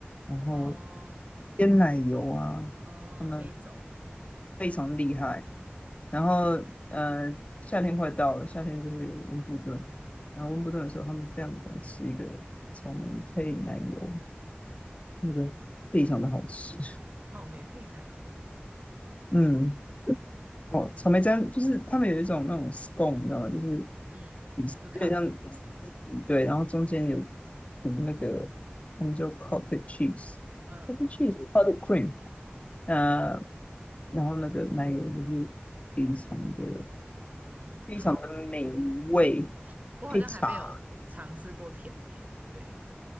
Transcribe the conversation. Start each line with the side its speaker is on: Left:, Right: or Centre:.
Left: 然后
Right: 哦
Left: 鲜奶油啊，
Right: 哦，
Left: 他们
Right: 那一种
Left: 非常厉害。然后呃，夏天快到了，夏天就会有温布顿，然后温布顿的时候，他们非常喜欢吃一个草莓配奶油，那个非常的好吃。
Right: 草莓配奶油，
Left: 嗯，哦，草莓酱就是他们有一种那种 scone，你知道吗？就是
Right: 嗯，
Left: 底是有点像
Right: 司康，
Left: 对，然后中间有涂那个，他们叫 cottage cheese，cottage
Right: 嗯，
Left: cheese，cottage cream，呃，然后那个奶油就是非常的
Right: 哦，
Left: 非常的美味，
Right: 好，嗯，我好像还没有尝试过甜点，
Left: 配茶，
Right: 对，